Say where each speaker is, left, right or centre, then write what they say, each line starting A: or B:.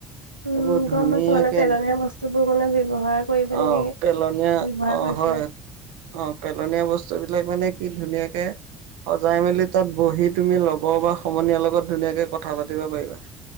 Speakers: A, on the right (about 85°); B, on the right (about 65°).
A: উম
B: এইবোৰ ধুনীয়াকে
A: গম পাইছো মানে পেলনীয়া বস্তুবোৰ মানে ব্যৱহাৰ কৰি পিনে
B: আহ পেলনীয়া
A: ব্যৱহাৰ
B: অ
A: কৰিছে
B: হয়
A: আৰু
B: অ পেলনীয়া বস্তু বিলাক মানে কি ধুনীয়াকে সজাই মেলি তাত বহি তুমি ল'ব বা সমনীয়াৰ লগত ধুনীয়াকে কথা পাতিব পাৰিবা।